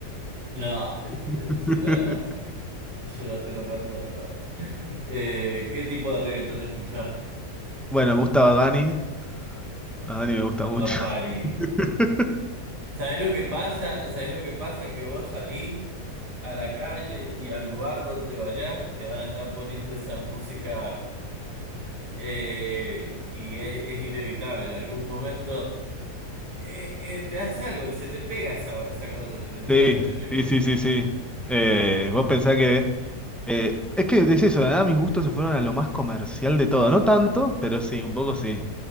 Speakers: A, on the right; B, in the centre.
A: No, sí,
B: <laughs>
A: sí, ya no. Yo no te lo perdono. Eh, ¿qué tipo de reggaetón escuchás?
B: Bueno, me gusta Bad Bunny, Bad Bunny me gusta
A: Bad
B: mucho.
A: Bunny.
B: <laughs>
A: ¿Sabés lo que pasa? ¿Sabés lo que pasa? Que vos salís a la calle y al lugar donde vayas te van a estar poniendo esa música eh, y es, es inevitable. En algún momento. eh, eh, te hace algo, se te pega esa, esa cosa, se te pega,
B: Sí,
A: se te pega.
B: sí, sí, sí, sí. Eh, vos pensás que... eh, es que es eso, ¿verdad? Mis gustos se fueron a lo más comercial de todo. No tanto, pero sí, un poco sí.